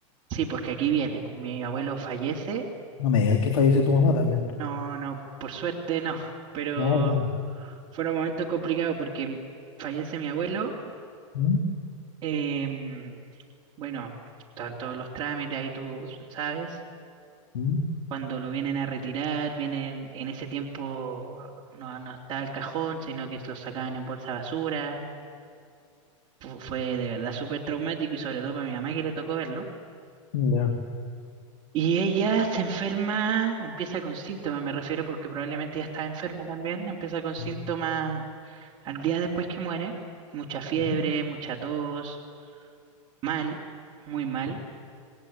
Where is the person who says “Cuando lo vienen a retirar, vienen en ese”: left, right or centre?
Right